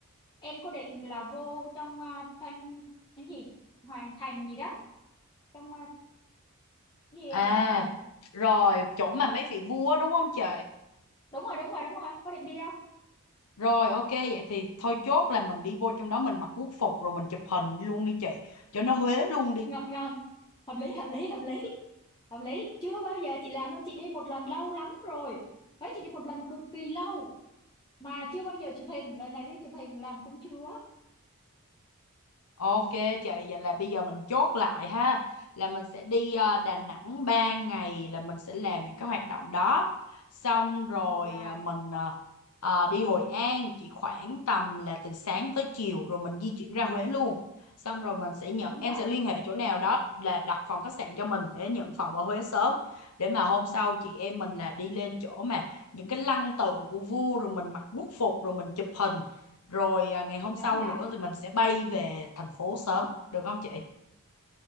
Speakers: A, on the left; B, on the left.
A: em có định là vô trong à, thanh cái gì Hoàng Thành gì đó trong à, cái gì
B: à
A: à,
B: rồi chỗ mà mấy vị vua đúng không chị
A: đúng rồi đúng rồi đúng rồi có định đi không
B: rồi ok vậy thì thôi chốt là mình đi vô trong đó mình mặc quốc phục rồi mình chụp hình luôn đi chị cho nó Huế luôn đi
A: ngon ngon hợp lý hợp lý hợp lý hợp lý chưa bao giờ chị làm nên chị đi một lần lâu lắm rồi Huế chị đi một lần cực kỳ lâu mà chưa bao giờ chụp hình lần này sẽ chụp hình làm công chúa
B: Ok chị, vậy là bây giờ mình chốt lại ha, là mình sẽ đi ờ, Đà Nẵng
A: Ừ.
B: 3 ngày là mình sẽ làm những cái hoạt động đó. Xong rồi
A: rồi
B: ờ, mình ờ, ờ, đi Hội An chỉ khoảng tầm là từ sáng tới chiều rồi mình di chuyển ra Huế luôn. Xong rồi mình sẽ nhận
A: đúng
B: em
A: rồi
B: sẽ liên hệ chỗ nào đó là đặt phòng khách sạn cho mình để nhận phòng ở Huế sớm để mà hôm sau chị em mình là đi lên chỗ mà những cái lăng tự của vua rồi mình mặc quốc phục rồi mình chụp hình rồi à, ngày hôm
A: đúng
B: sau
A: rồi
B: nữa thì mình sẽ bay về thành phố sớm được không chị